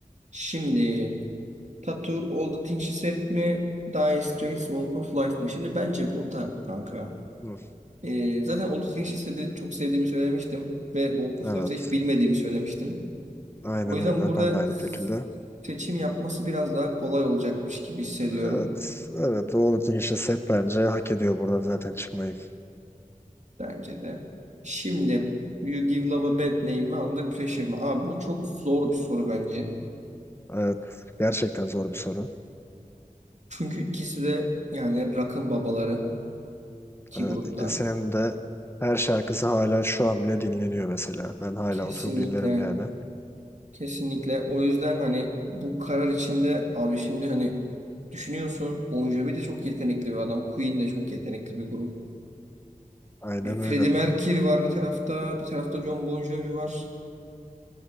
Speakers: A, on the right; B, on the left.
A: Şimdi Tattoo All the Things She Said mi? Dire Straits Walk of Life mi? Şimdi bence burada kanka.
B: Hı,
A: Ee, zaten All the Things She Said'i çok sevdiğimi söylemiştim. Ve Walk of
B: Evet.
A: Life'ı hiç bilmediğimi söylemiştim.
B: Aynen
A: O yüzden
B: öyle.
A: burada
B: Ben de aynı şekilde.
A: seçim yapması biraz daha kolay olacakmış gibi hissediyorum
B: Evet. Evet. All set bence hak ediyor burada zaten çıkmayı.
A: bence de. Şimdi You Give Love a Bad Name mi Under Pressure mi? Abi bu çok zor bir soru bence.
B: Evet. Gerçekten zor bir soru.
A: Çünkü ikisi de yani rock'ın babaları iki
B: Evet.
A: grupta.
B: İkisinin de her şarkısı hala şu an bile dinleniyor mesela. Ben hala
A: Kesinlikle
B: oturup dinlerim yani.
A: kesinlikle o yüzden hani bu karar içinde abi şimdi hani düşünüyorsun Bon Jovi de çok yetenekli bir adam. Queen de çok yetenekli bir grup.
B: Aynen öyle.
A: Freddie Mercury var bir tarafta, bir tarafta John Bon Jovi var.